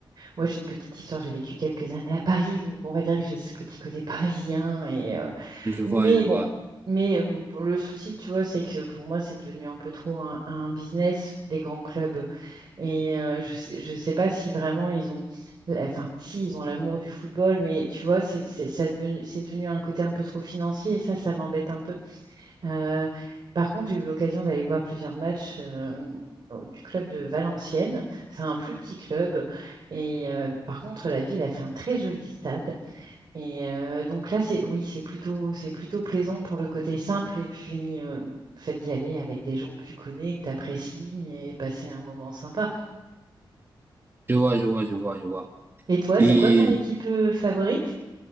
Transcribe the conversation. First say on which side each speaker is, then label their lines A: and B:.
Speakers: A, on the right; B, on the right.
A: Moi, j'ai une petite histoire. J'ai vécu quelques années à Paris, donc on va dire que j'ai ce petit côté parisien. Et euh,
B: Je vois,
A: mais
B: je vois.
A: bon, mais euh, bon, le souci, tu vois, c'est que pour moi, c'est devenu un peu trop un, un business, les grands clubs. Et euh, je sais, je sais pas si vraiment ils ont, enfin, si ils ont l'amour du football, mais tu vois, c'est c'est ça devenu, c'est devenu un côté un peu trop financier. Et ça, ça m'embête un peu. Euh, par contre, j'ai eu l'occasion d'aller voir plusieurs matchs euh, du club de Valenciennes. C'est un plus petit club. Et euh, par contre, la ville a fait un très joli stade. Et euh, donc là, c'est oui, c'est plutôt, c'est plutôt plaisant pour le côté simple. Et puis, euh, le fait d'y aller avec des gens que tu connais, que tu apprécies et passer un moment sympa.
B: Je vois, je vois, je vois, je vois.
A: Et toi,
B: Et
A: c'est quoi ton équipe euh, favorite?